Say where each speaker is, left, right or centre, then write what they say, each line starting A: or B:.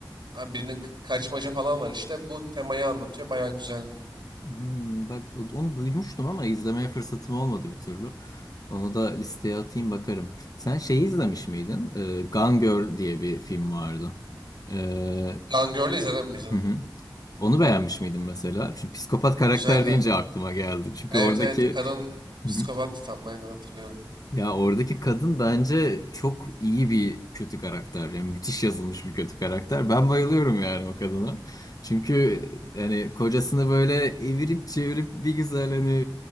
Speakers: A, on the right (about 75°); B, on the left (about 50°).
A: Abi Birinin k- kaçmaca falan var işte. Bu temayı anlatıyor. Bayağı güzeldi.
B: Hmm, bak onu duymuştum ama izlemeye fırsatım olmadı bir türlü. Onu da listeye atayım bakarım. Sen şeyi izlemiş miydin? Ee, Gone Girl diye bir film vardı. Ee,
A: Gone Girl'ü izledin mi izledim.
B: hı hı. Onu beğenmiş miydin mesela? Şimdi psikopat karakter
A: Güzeldi.
B: deyince aklıma geldi. Çünkü
A: Evet
B: oradaki
A: evet kadın
B: <laughs>
A: psikopattı tam aynen hatırlıyorum.
B: Ya oradaki kadın bence çok iyi bir kötü karakter. Yani müthiş yazılmış bir kötü karakter. Ben bayılıyorum yani o kadına. Çünkü yani kocasını böyle evirip çevirip bir güzel hani